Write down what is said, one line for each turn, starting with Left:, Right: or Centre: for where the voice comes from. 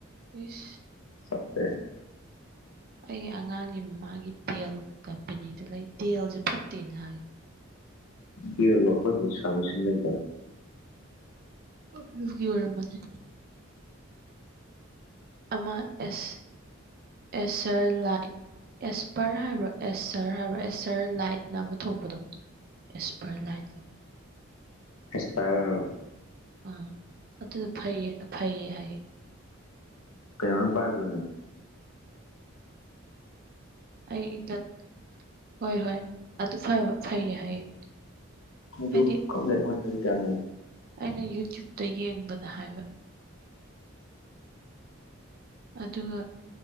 Right: ꯏꯁ
Left: ꯐꯠꯇꯦ
Right: ꯑꯩ ꯑꯉꯥꯡꯒꯤ ꯃꯥꯒꯤ ꯗꯦꯜ ꯀꯝꯄꯦꯅꯤꯗ ꯂꯩ ꯗꯦꯜꯖꯦ ꯐꯠꯇꯦꯅ ꯍꯥꯏ
Left: ꯗꯦꯜꯂꯣ ꯑꯈꯣꯏꯒꯤ ꯁꯥꯔꯕꯤꯁꯤꯡꯗ <unintelligible>
Right: ꯑꯗꯨꯒꯤ ꯑꯣꯏꯔꯝꯃꯅꯤ ꯑꯃ ꯑꯦꯁ ꯑꯦꯁꯔ ꯂꯥꯏꯠ ꯑꯦꯁꯄꯔ ꯍꯥꯏꯕ꯭ꯔꯣ ꯑꯦꯁꯔ ꯍꯥꯏꯕ꯭ꯔꯣ ꯑꯦꯁꯔ ꯂꯥꯏꯠꯅ ꯑꯃ ꯊꯣꯛꯄꯗꯣ ꯑꯦꯁꯄꯔ ꯂꯥꯏꯠ
Left: ꯑꯦꯁꯄꯔ
Right: ꯑꯥ ꯑꯗꯨꯗꯣ ꯐꯩꯌꯦ ꯐꯩꯌꯦ ꯍꯥꯏꯌꯦ
Left: ꯀꯩꯅꯣꯅ ꯄꯥꯏꯕꯗꯨꯅꯦ
Right: ꯑꯩꯗ ꯍꯣꯏ ꯍꯣꯏ ꯑꯗꯨ ꯐꯥꯕ ꯐꯩ ꯍꯥꯏꯌꯦ
Left: ꯑꯗꯨ
Right: ꯍꯥꯏꯗꯤ
Left: ꯈꯪꯗꯦ ꯑꯩꯉꯣꯟꯗꯗꯤ ꯀꯌꯥ ꯅꯨꯉꯥꯏꯇꯦ
Right: ꯑꯩꯅ ꯌꯨꯇ꯭ꯌꯨꯞꯇ ꯌꯦꯡꯕꯗ ꯍꯥꯏꯕ ꯑꯗꯨꯒ